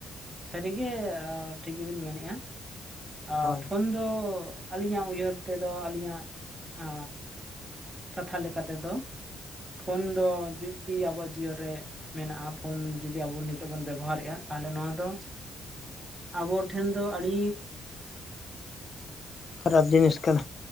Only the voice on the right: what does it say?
ᱥᱟᱹᱨᱤᱜᱮ ᱴᱷᱤᱠ ᱜᱮᱵᱤᱱ ᱢᱮᱱᱮᱫᱼᱟ ᱟ
ᱯᱷᱳᱱ ᱫᱚ ᱟᱹᱞᱤᱧᱟᱜ ᱩᱭᱦᱟᱹᱨ ᱛᱮᱫᱚ ᱟᱹᱞᱤᱧᱟᱜ ᱟ ᱠᱟᱛᱷᱟ ᱞᱮᱠᱟ ᱛᱮᱫᱚ ᱯᱷᱳᱱ ᱫᱚ ᱡᱩᱫᱤ ᱟᱵᱚᱣᱟᱜ ᱡᱤᱭᱚ ᱨᱮ ᱢᱮᱱᱟᱜᱼᱟ ᱯᱷᱳᱱ ᱡᱩᱫᱤ ᱟᱵᱚ ᱱᱤᱛᱚᱜ ᱵᱚᱱ ᱵᱮᱵᱚᱦᱟᱨᱮᱜᱼᱟ ᱛᱟᱦᱞᱮ ᱱᱚᱣᱟ ᱫᱚ ᱟᱵᱚᱴᱷᱮᱱ ᱫᱚ ᱟᱹᱰᱤ